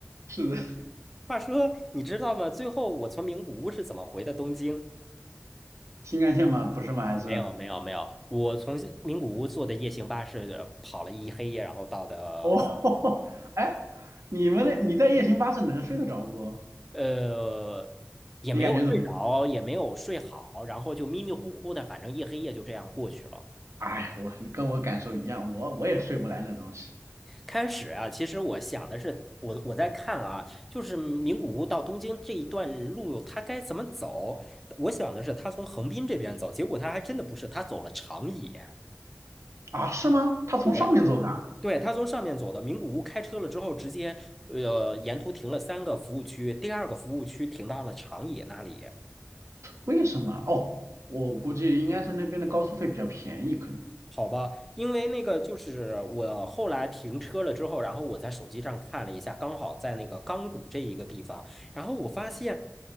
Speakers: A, on the right; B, in the centre.
A: 是的，
B: 话说，你知道吗？最后我从名古屋是怎么回的东京？
A: 新干线吗？不是吗？还是
B: 没有，没有，没有。我从名古屋坐的夜行巴士跑了一黑夜，然后到的
A: 哦，<laughs> 哎，你们那你在夜行巴士能睡得着不？
B: 呃，也没有睡着，
A: 你感觉怎么样？
B: 也没有睡好，然后就迷迷糊糊的，反正一黑夜就这样过去了。
A: 哎呀，我跟我感受一样，我我也睡不来那东西
B: 开始啊，其实我想的是，我我在看啊，就是名古屋到东京这一段路，它该怎么走？我想的是，他从横滨这边走，结果他还真的不是，他走了长野。
A: 啊，是吗？他从上面走的啊
B: 对。对，他从上面走的名古屋，开车了之后，直接呃沿途停了三个服务区，第二个服务区停到了长野那里。
A: 为什么？哦，我估计应该是那边的高速费比较便宜，可能
B: 好吧，因为那个就是我后来停车了之后，然后我在手机上看了一下，刚好在那个钢谷这一个地方，然后我发现